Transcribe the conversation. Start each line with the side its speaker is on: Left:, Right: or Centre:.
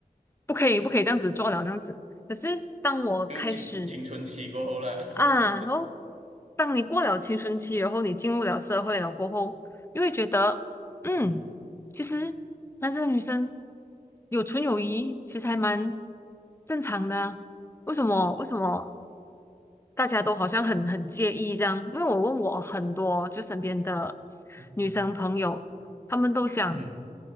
Left: 不可以不可以这样子做了这样子？可是当我开始
Right: 就是青青春期过后了。<laughs>
Left: 啊，然后当你过了青春期，然后你进入了社会了过后，又会觉得，嗯，
Right: 嗯哼，
Left: 其实男生和女生有纯友谊，其实还蛮正常的啊为什么？为什么？大家都好像很很介意这样，因为我问我很多就身边的
Right: 嗯哼，
Left: 女生朋友，她们都讲
Right: 嗯哼，